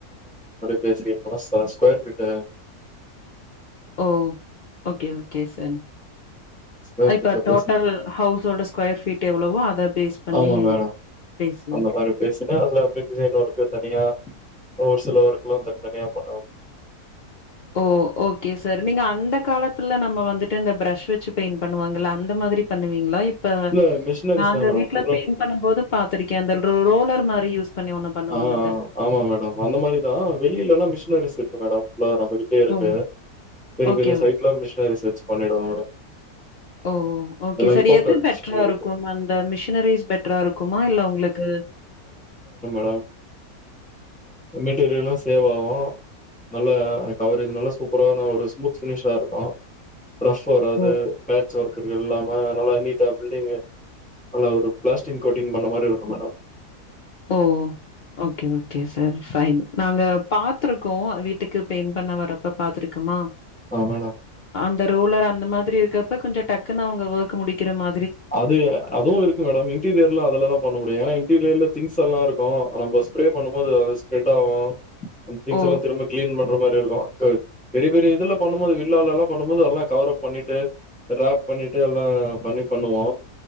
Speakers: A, in the centre; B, on the left (about 55°).
A: லீசுக்கு அர சா square feet
B: oh okay okay sir
A: square
B: இப்ப
A: ஃபீட்ல
B: டோட்டல்
A: பேசுன
B: ஹவுஸ் ஓட ஸ்கொயர்ஃபீட் எவ்ளவோ அத பேஸ் பண்ணி
A: ஆமா
B: நீங்க
A: மேடம்.
B: பேசுவீங்க
A: அந்த மாரி பேசினா அதுல அப்டியே டிசைன் ஒர்க்கு தனியா, ஒரு சில வர்க்லா தனிதனியா பண்ணனு
B: ஓ ஓகே சார் நீங்க அந்த காலத்துல நம்ம வந்துட்டு இந்த பிரஷ் வச்சு பெயிண்ட் பண்ணுவாங்கல்ல அந்த மாதிரி பண்ணுவீங்ளா இப் ப
A: இல்ல மிஷினரிஸ்
B: நாங்க
A: தான் மேடம்.
B: வீட்ல
A: ஃபுல்
B: பெயிண்ட்
A: அண்ட்
B: பண்ணும் போது பாத்துருக்கே அந்த ரோலர் மாரி யூஸ் பண்ணி ஒண்ணு பண்ணுவாங்கல்ல.
A: ஆ ஆமா மேடம் அந்த மாரிதா வெளிலல்லா மிஷினரிஸ் இரு க்கு மேடம் எல்லா நம்மகிட்ட இருக்கு
B: ஓ!
A: பெரிய
B: ஓகே,
A: பெரிய
B: ஓகே.
A: சைட்லா மிஷினரிஸ் வச்சு பண்ணிடுவோ மேடம்
B: ஓ ஓகே
A: எல்லாம்
B: சார்
A: இம்போர்ட்டட்
B: எது பெட்ரா
A: மிஷின் இருக்கு.
B: இருக்கும் அந்த மிஷினரிஸ் பெட்ரா இருக்குமா இல்ல உங்ளுக்கு
A: ரு மெட்டீரியலு சேவ் ஆவு நல்லா கவரேஜ் நல்லா சூப்பராான ஒரு ஸ்மூத் ஃபினிஷா இருக்கு ரஃப் வராது
B: ஓ!
A: பேட் ச் ஒர்க் எது இல்லாம நல்லா நீட்டா பில்டிங் நல்லா ஒரு பிளாஸ்டிக் கோட்டிங் பண்ண மாரி இருக்கு madam
B: oh okay okay sir fine நாங்க பாத்துருக்கோ வீட்டுக்கு பெயின்ட் பண்ண வரப்ப பாத்துருக்கமா
A: ஆ மேடம்.
B: அந்த ரோலர் அந்த மாதிரி இ ருக்குறப்ப கொஞ்ச டக்குன்னு அவுங்க வர்க்கு முடிக்கிற மா
A: அது அதுவு இருக்கு மேடம இன்டீரியர்லா அதுல தா பண்ண முடியு ஏனா இன்டீரியர்ல திங்ஸ் எல்லா இருக்கு நம்ப ஸ்ப்ரே பண்ணும்போது அது ஸ்ப்ரெட் ஆவு அந்திங்ஸல்லா
B: ஓ
A: திரும்ப கிளீன் பண்ற மா ரி இருக்கு பெரிய பெரிய இதல்லா பண்ணும்போது வில்லால்லலா பண்ணும்போது எல்லா கவரப் பண்ணிட்டு போட்டு ராப் பண்ணிட்டு எல்லா பண்ணி பண்ணுவோ